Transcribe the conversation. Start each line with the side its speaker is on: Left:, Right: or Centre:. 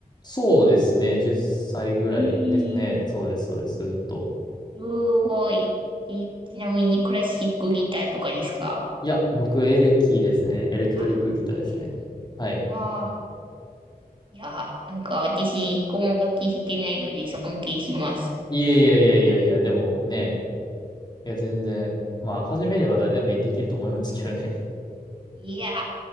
Left: そうですね。10歳ぐらいですね。
Right: ええ
Left: そうです、そうです。ずっと。
Right: すごい。え、ちなみにクラシックギターとかですか
Left: いや、僕、エレキですね。エレクトリックギターですね。
Right: あ、ええ
Left: はい。
Right: ああ、いや、なんか私、一個も楽器弾けないので尊敬します。
Left: いやいやいやいやいや、でもね、いや、全然、まあ、始めれば誰でもできると思いますけどね。
Right: いや、